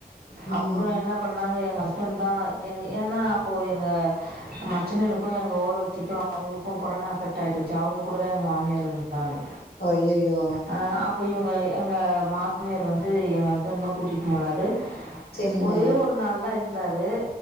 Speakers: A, on the left; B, on the right.
A: ம்
B: அப்புறம் என்ன பண்ணாங்க எங்க ஹஸ்பண்ட் தான் எ ஏன்னா அப்போது எங்கள் மச்சுனனுக்கும் எங்க ஓரவத்திக்கும் அவங்களுக்கும் கொரோனா அஃபெக்ட் ஆகிருந்துச்சு அவங்க கூடதான் எங்க மாமியார் தாங்க
A: ஐயையோ
B: ஹ போய்வ்ங்க எங்க மாமியார் வந்து எங்க ஹஸ்பண்ட் தான் கூட்டிகிட்டு போனாரு
A: செரிங்க
B: ஒரே ஒரு நாள் தான் இருந் வந்தரு